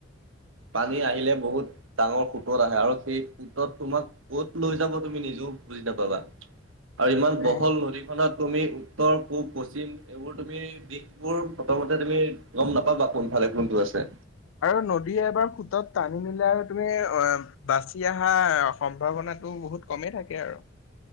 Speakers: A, on the right (about 80°); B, on the left (about 75°).
A: পানী আহিলে বহুত ডাঙৰ সোঁতত আহে আৰু সেই সোঁতত তোমাক ক'ত লৈ যাব তুমি নিজেও বুজি নাপাবা। আৰু ইমান
B: এ
A: বহল নদীখনত তুমি উত্তৰ, পূব, পশ্চিম, এইবোৰ তুমি দিশবোৰ প্ৰথমতে তুমি গম নাপাবা কোনফালে কোনটো আছে।
B: আৰু নদীয়ে এবাৰ সোঁতত টানি নিলে আৰু তুমি অ' বাচি আহা সম্ভাৱনাটো বহুত কমেই থাকে আৰু।